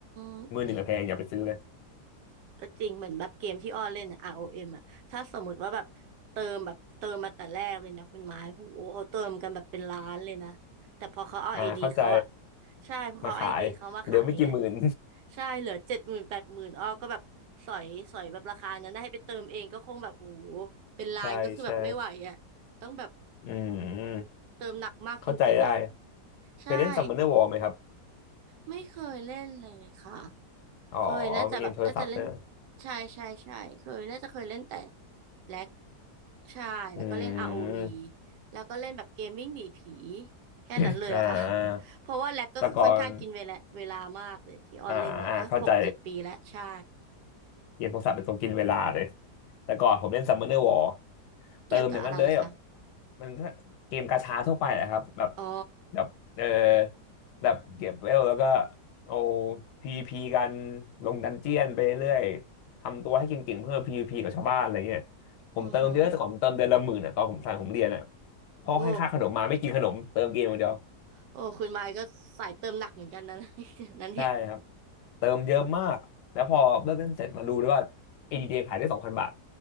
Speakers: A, on the right; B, on the left.
A: ม
B: มือหนึ่งอะแพงอย่าไปซื้อเลย
A: ก็จริงเหมือนแบบเกมที่อ้อเล่นอะ ROM อเอ็มอะถ้าสมมติว่าแบบเติมแบบเติมมาแต่แรกเลยนะคุณไม้โหเขาเติมกันแบบเป็นล้านเลยนะแต่พอเขาเอาไอดีเขาอะ
B: อ่าเข้าใจ
A: ใช่พอเขาไอดีเขามาขายอย่างเงี้ย
B: มาขายเหลือไม่กี่หมื่น
A: ใช่เหลือเจ็ดหมื่นแปดหมื่นอ้อก็แบบสอยสอยแบบราคานั้นนะให้ไปเติมเองก็คงแบบโอ้โหเป็นล้านก็คือแบบไม่ไหวอะต้องแบบ
B: <laughs> ใช่ใช่อืม
A: เติมหนักมากจริงๆอะ
B: เข้าใจได้
A: ใช่
B: เคยเล่นซัมเนอร์วอไหมครับ
A: ไม่เคยเล่นเลยค่ะ
B: อ๋อเมื่อกี้โทรศัพท์นะ
A: เคยน่าจะแบบน่าจะเล่นใช่ใช่ใช่เคยน่าจะเคยเล่นแต่แล็กใช่แล้วก็เล่น
B: อื
A: ROV
B: ม
A: แล้วก็เล่นแบบเกมวิ่งหนีผีแค่นั้นเลยอะค่ะ
B: <coughs> อ่า
A: <laughs> เพราะว่าแล็กก็คือค่อนข้างกินเวลาเวลามากเลยที่ออนเล่นนะก็หกเจ็ดปีแล้วใช่
B: แต่ก่อนอ่าอ่าเข้าใจ เกมโทรศัพท์เป็นตัวกินเวลาเลยแต่ก่อนผมเล่น Summoner War เติมอย่างนั้นเลยแบบ
A: เกี่ยวกับอะไรคะ
B: มันถ้าเกมกาชาทั่วไปแหละครับแบบ
A: อ๋อ
B: แบบเออแบบเก็บเวลแล้วก็เอาพีวีพีกันลงดันเจียนไปเรื่อยทำตัวให้เก่งๆเพื่อพีวีพีกับชาวบ้านอะไรเงี้ยผมเติมเยอะแต่ก่อนผมเติมเดือนละหมื่นอ่ะตอนผมสายผมเรียนอ่ะ
A: อือฮึ
B: พ่อให้ค่าขนมมาไม่กินขนมเติมเกมอย่างเดียว
A: โอ้โอ้คุณมายก็สายเติมหนักเหมือนกันนะ <laughs> นั้นเนี่ย
B: ใช่ครับเติมเยอะมากแล้วพอเลิกเล่นเสร็จมาดูด้วยว่า ADD ขายได้สองพันบาท